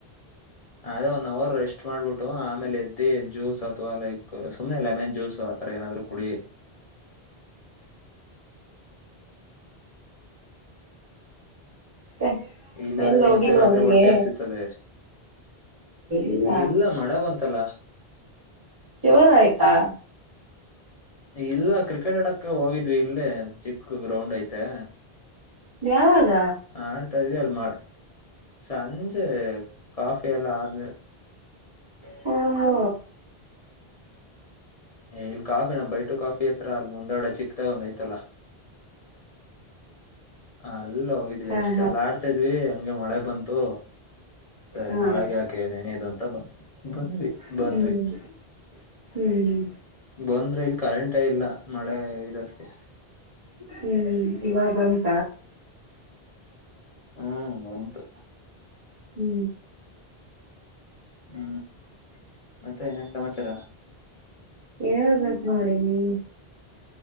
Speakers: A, on the left; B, on the right.
A: ಅದೇ ಒನ್ ಅವರ್ ರೆಸ್ಟ್ ಮಾಡ್ಬಿಟ್ಟು ಆಮೇಲೆ ಎದ್ದಿ ಜ್ಯೂಸ್ ಅಥವಾ ಲೈಕ್ ಸುಮ್ನೆ ಲೆಮನ್ ಜ್ಯೂಸ್ ಅವಾ ರ ಏನಾದ್ರು ಕುಡಿ
B: ಮತ್ತೆ
A: ಇಲ್ಲಾ
B: ಎಲ್
A: ಅಂದ್ರೆ
B: ಹೋಗಿಲ್ಲ
A: ಮಧ್ಯ ರಾತ್ರಿ
B: ಹೊರಗೆ
A: ಹೊಟ್ಟೆಸ್ ಇತದೆ
B: ಇಲ್ಲ
A: ಇಲ್ಲಾ ಮಳೆ ಬಂತಲ್ಲ
B: ಜೋರ ಆಯ್ತಾ
A: ಇಲ್ಲ ಕ್ರಿಕೆಟ್ ಆಡಕ್ ಹೋಗಿದ್ವಿ ಇಲ್ಲೇ ಚಿಕ್ಕ ಗ್ರೌಂಡ್ ಐತೆ.
B: ಯಾವಾಗ
A: ಆಡ್ತಾ ಇದ್ವಿ ಅಲ್ ಮಳ ಸಂಜೆ ಕಾಫಿ ಎಲ್ಲ ಆದ್ಮೇಲೆ.
B: ಹೋ ಹೋ.
A: ಏ ಇಲ್ಲಿ ಕಾಫಿನ ಬೈಟು ಕಾಫಿ ಹತ್ರ ಅಲ್ ಮುಂದಾಡೆ ಚಿಕ್ಕದಾಗೊಂದ್ಐತಲ್ಲ. ಹಾ. ಅಲ್ಲ ಹೋಗಿದ್ವಿ
B: ಹಾ
A: ಅಷ್ಟೇ
B: ಹಾ
A: ಅಲ್ಲ ಆಡ್ತಿದ್ವಿ ಹಂಗೆ ಮಳೆ ಬಂತು ಸರಿ
B: ಹಾ
A: ಮಳೆಗ ಯಾಕೆ ನೆನೆಯೋದು ಅಂತ ಬಂದ ಬಂದ್ವಿ
B: ಹ್ಮ್
A: ಬಂದ್ವಿ
B: ಹ್ಮ್ ಹ್ಮ್
A: ಬಂದ್ರೆ ಇಲ್ಲಿ ಕರೆಂಟ್ ಇಲ್ಲ. ಮಳೆ ಇರೋದಕೆ.
B: ಹೂ ಇವಾಗಂತ.
A: ಹೂ ಬಂತು.
B: ಹೂ.
A: ಹೂ ಮತ್ತೆನ. ಸಮಾಚಾರ.
B: ಹೇಳ್ಬೇಕು ನೋಡಿ ನೀವು.